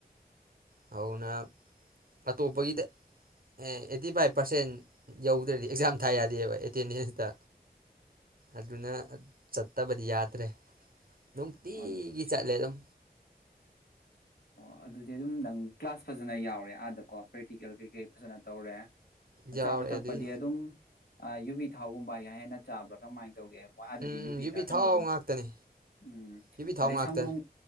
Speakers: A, on the right (about 60°); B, on the left (about 65°).
A: ꯑꯗꯨꯅ ꯑꯇꯣꯞꯄꯒꯤꯗ ꯑꯦ ꯑꯩꯠꯇꯤ ꯐꯥꯏꯚ ꯄꯥꯔꯁꯦꯟ ꯌꯧꯗ꯭ꯔꯗꯤ ꯑꯦꯛꯖꯥꯝ ꯊꯥ ꯌꯥꯗꯦꯕ ꯑꯦꯇꯦꯟꯗꯦꯟꯁꯇ ꯑꯗꯨꯅ ꯆꯠꯇꯕꯗꯤ ꯌꯥꯗ꯭ꯔꯦ
B: <inaudible>
A: ꯅꯨꯡꯇꯤꯒꯤ ꯆꯠꯂꯦ ꯑꯗꯨꯝ
B: ꯑꯣ ꯑꯗꯨꯗꯤ ꯑꯗꯨꯝ ꯅꯪ ꯀ꯭ꯂꯥꯁ ꯐꯖꯅ ꯌꯥꯎꯔꯦ ꯑꯥꯗꯀꯣ ꯄ꯭ꯔꯦꯛꯇꯤꯀꯦꯜ ꯀꯩꯀꯩ ꯐꯖꯅ ꯇꯧꯔꯦ
A: ꯌꯥꯎꯔꯦ
B: ꯆꯥꯕ ꯊꯛꯄꯗꯤ
A: ꯑꯗꯨꯏ
B: ꯑꯗꯨꯝ ꯌꯨꯕꯤ ꯊꯥꯎꯒꯨꯝꯕ ꯀꯌꯥ ꯍꯦꯟꯅ ꯆꯥꯕ꯭ꯔꯥ ꯀꯃꯥꯏꯅ ꯇꯧꯒꯦ ꯋꯥꯥꯗꯗꯤ
A: ꯎꯝ ꯎꯝ
B: ꯌꯨꯕꯤ ꯀꯩꯅꯣꯒꯨꯝ
A: ꯊꯥꯎ ꯉꯥꯛꯇꯅꯤ
B: ꯎꯝ
A: ꯌꯨꯕꯤ ꯊꯥꯎ
B: ꯑꯗꯩ
A: ꯉꯥꯛꯇ
B: ꯁꯪꯒꯣꯝ